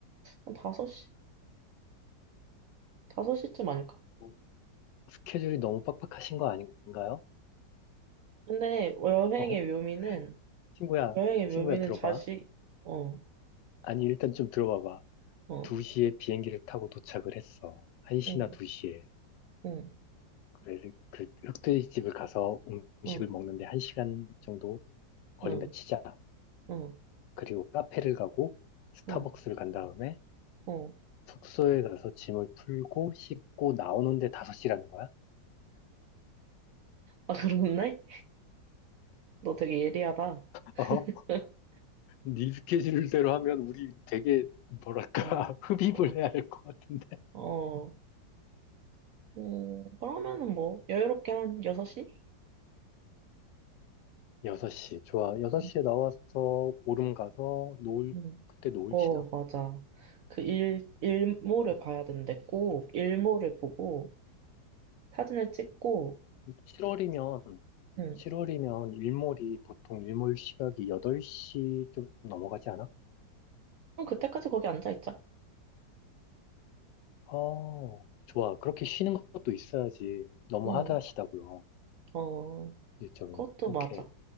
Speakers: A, on the right; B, on the left.
A: 한 5시? 5시쯤 아닐까?
B: 어, 스케줄이 너무 빡빡하신 거 아닌가요?
A: 근데 여행의
B: 어?
A: 묘미는,
B: 친구야,
A: 여행의
B: 친구야
A: 묘미는
B: 들어봐.
A: 자식, 어,
B: 아니 일단 좀 들어봐봐.
A: 어,
B: 2시에 비행기를 타고 도착을 했어. 1시나
A: 응.
B: 2시에.
A: 응.
B: 그래서 그 흑돼지집을 가서 음식을
A: 응,
B: 먹는데 1시간 정도 걸린다
A: 응,
B: 치자.
A: 응,
B: 그리고 카페를 가고 스타벅스를
A: 응,
B: 간 다음에
A: 어.
B: 숙소에 가서 짐을 풀고 씻고 나오는데 5시라는 거야?
A: 아, 그렇네? 너 되게 예리하다.
B: 어?
A: <laughs>
B: 네 스케줄대로 하면 우리 되게 뭐랄까 <laughs>
A: 어,
B: 흡입을
A: 어,
B: 해야 할 것 같은데
A: 어. 음, 그러면은 뭐, 여유롭게 한 6시?
B: 6시 좋아 6시에
A: 음,
B: 나와서 오름 가서 노을
A: 음.
B: 그때 노을
A: 어,
B: 치나?
A: 맞아. 그 일, 일몰을
B: 음.
A: 봐야 되는데 꼭 일몰을 보고 사진을 찍고,
B: 7월이면
A: 응.
B: 7월이면 일몰이 보통 일몰 시각이 8시 좀 넘어가지 않아?
A: 그럼 그때까지 거기 앉아있자.
B: 어, 좋아. 그렇게 쉬는 것도 있어야지. 너무
A: 응,
B: 하드하시다고요.
A: 어,
B: 일정이.
A: 그것도
B: 오케이.
A: 맞아.